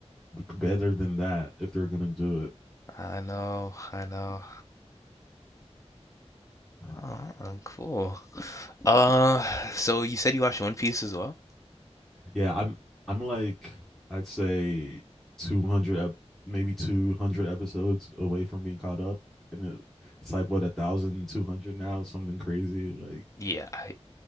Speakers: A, in the centre; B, on the left.
A: better than that if they're gonna do
B: I know. I know.
A: it.
B: Oh, cool. Uh, so you said you watched One Piece as well?
A: Yeah, I'm I'm like I'd say 200 maybe 200 episodes away from being caught up and it, it's like what a thousand two hundred now something crazy like
B: Yeah. I,